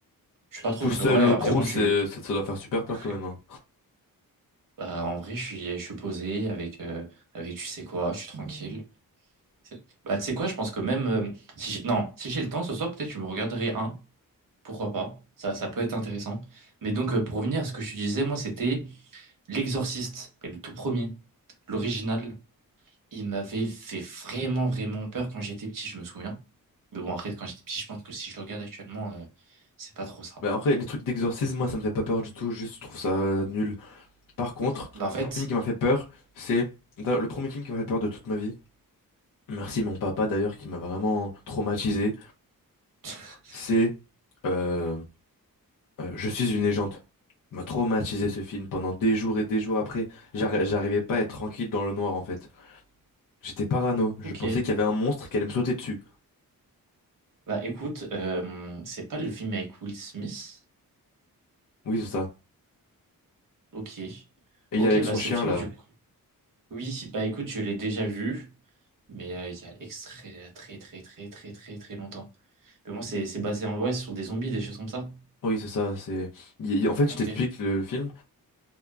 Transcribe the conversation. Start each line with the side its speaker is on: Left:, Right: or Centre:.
Right: Je suis pas trop,
Left: Tout
Right: mais
Left: seul
Right: ouais,
Left: au
Right: après,
Left: crew,
Right: bon,
Left: c'est-
Right: je suis.
Left: ça, ça doit faire super peur
Right: <laughs>
Left: quand même, hein.
Right: Bah, en vrai, je suis, je suis posé avec, euh, avec, tu sais quoi, je suis tranquille. C'est- Bah, tu sais quoi, je pense que même euh, si j'ai, non, si j'ai le temps ce soir, peut-être je me regarderai un, pourquoi pas, ça, ça peut être intéressant. Mais donc, euh, pour revenir à ce que je te disais, moi, c'était L'Exorciste, mais le tout premier, l'original. Il m'avait fait vraiment, vraiment peur quand j'étais petit, je me souviens. Mais bon, après, quand j'étais petit, je pense que si je le regarde actuellement, euh, c'est pas trop ça.
Left: Mais après, les trucs d'exorcisme, moi, ça me fait pas peur du tout, juste je trouve ça euh, nul. Par contre,
Right: Bah, en fait,
Left: un film qui m'a fait peur, c'est d'ailleurs, le premier film qui m'a fait peur de toute ma vie. Merci mon papa d'ailleurs, qui m'a vraiment traumatisé.
Right: <laughs>
Left: C'est euh, Euh, Je suis une légende. Il m'a traumatisé ce film pendant des jours et des jours après. j'arri- J'arrivais pas à être tranquille dans le noir en fait. J'étais parano. Je
Right: ok.
Left: pensais qu'il y avait un monstre qui allait me sauter dessus.
Right: Bah écoute, euh, c'est pas le film avec Will Smith?
Left: Oui, c'est ça.
Right: Ok.
Left: Et
Right: Ok,
Left: il est avec
Right: bah
Left: son
Right: ce
Left: chien
Right: film,
Left: là.
Right: je... Oui, bah écoute, je l'ai déjà vu, mais euh, il y a extrait très très très très très très longtemps. Mais bon, c'est c'est basé en vrai sur des zombies, des choses comme ça.
Left: Oui, c'est ça. C'est. il- il- En fait,
Right: Ok,
Left: je t'explique le, le film.